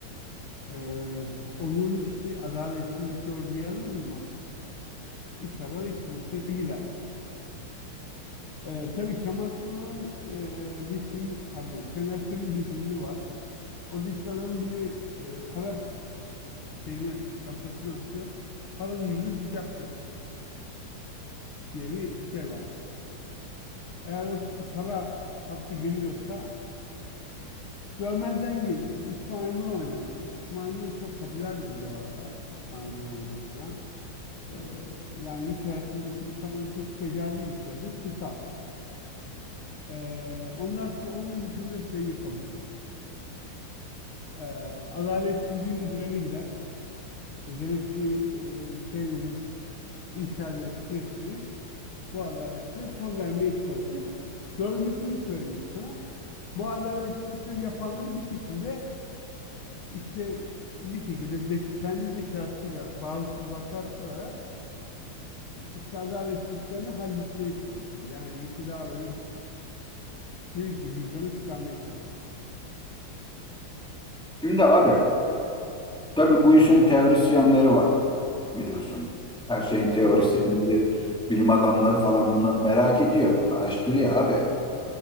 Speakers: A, on the left (about 75°); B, in the centre.
A: Ee, onurlu kişi adaletsizlik gördüğü yerde durmaz. İş arar iş bulursa gider. Ee, tabii Kemal Sunal'ın e, bir filmi, pardon Şener Şen'in bir filmi var. Orada işte adamın biri e, para şeyini açıyor, çantasını açıyor. Paranın yüzü sıcaktır diye bir şey var. Eğer o kişi para hattı giriyorsa görmezden gelir. Üç maymun oynar. Üç maymun çok popülerdir bu arada. Üç maymun oynamak falan. Ee, yani iş hayatındaki insanların çok becerdiği bir şeydir. Susar. Ee, onlar şu onun dışında şey yapabilir. Ee, adaletsizliğin üzerine gider. Ve gerekli e, şeyleri inşa ederek süreçleri bu adaletsizliğe son vermeye çalışır. Dördüncüsünü söyleyeyim sana. Bu adaletsizlikleri yapanları bir şekilde işte bir şekilde zek kendi zekasıyla bazı tuzaklar kurarak işte adaletsizliklerini halletmeye çalışır. Yani işi daha böyle temiz bir düzleme çıkarmaya çalış.
B: Şimdi abi tabii bu işin teorisyenleri var. biliyorsun. Her şeyin teorisyenleri,
A: Mutlaka.
B: bilim adamları falan
A: Evet.
B: bunları merak ediyor. Araştırıyor abi.